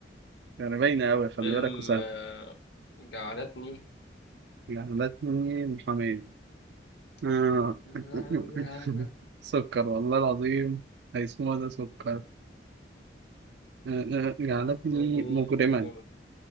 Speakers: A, on the right; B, on the left.
A: يعني باينه قوي خلي
B: فيلم
A: بالك وسهل
B: آه، جعلتني
A: جعلتني محامية آه.
B: يعني
A: <laughs> سكر والله العظيم هيسموها ده سكر آه، آه، جعلتني
B: جامد.
A: مجرما